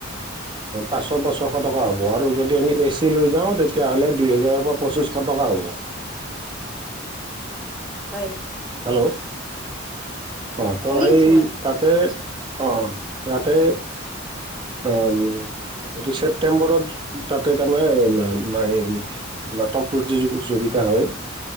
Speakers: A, on the right (about 25°); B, in the centre.
A: পাঁচশ বা ছশ টকা হ'ব আৰু যদি আমি এ চি লৈ যাওঁ তেতিয়াহ'লে দুই হেজাৰৰ ওপৰত পঁচিছশ টকা হ'ব।
B: হয়
A: হেল্ল'। অ ত
B: শুনি
A: সেই
B: আছো মই
A: তাতে অ তাতে অ এইটো ছেপটেম্বৰত তাতে তাৰমানে মা নাটক প্ৰতিযযোগিতা হয়